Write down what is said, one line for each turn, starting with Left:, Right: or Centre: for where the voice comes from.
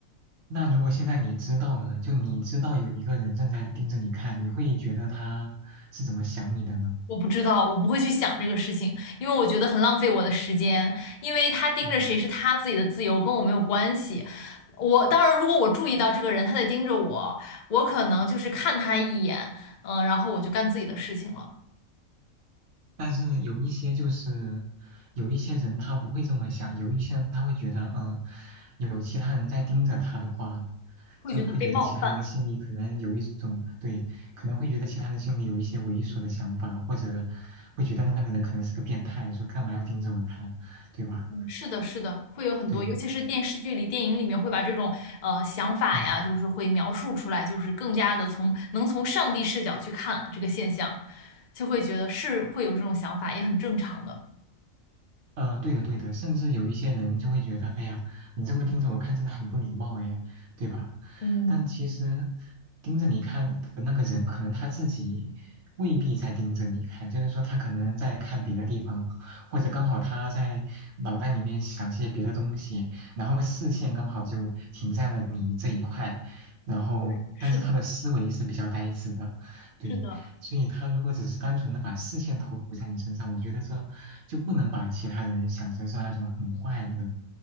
Right: 那如果现在你知道了呢，就你知道有一个人正在盯着你看，你会觉得他是怎么想你的呢？
Left: 我不知道，我不会去想这个事情，因为我觉得很浪费我的时间，因为他盯着谁是他自己的自由，
Right: 嗯，
Left: 跟我没有关系。我当然，如果我注意到这个人他在盯着我，我可能就是看他一眼，嗯，然后我就干自己的事情了，
Right: 但是有一些就是有一些人他不会这么想，有一些人他会觉得，嗯、有其他人在盯着他的话，
Left: 会觉得被冒犯。
Right: 就会觉得其他人心里可能有一种对，可能会觉得其他人心里有一些猥琐的想法，或者会觉得那个人可能是个变态，说干嘛要盯着我看，对吧？
Left: 是的，是的，会有很多，
Right: 对。
Left: 尤其是电视剧里、电影里面会把这种呃想法呀，
Right: 嗯。
Left: 就是会描述出来，就是更加的从能从上帝视角去看这个现象，就会觉得是会有这种想法，也很正常的。
Right: 呃，对的，对的，甚至有一些人就会觉得，哎呀，你这么盯着我看，真的很不礼貌，哎，对吧？
Left: 嗯，
Right: 但其实盯着你看的那个人，可能他自己未必在盯着你看，就是说他可能在看别的地方，或者刚好他在脑袋里面想些别的东西，然后视线刚好就停在了你这一块，然后但是他的思维是比较呆滞的，
Left: 对，是的，
Right: 对，
Left: 是的，
Right: 所以他如果只是单纯的把视线投在你身上，我觉得这就不能把其他人想成是那种很坏的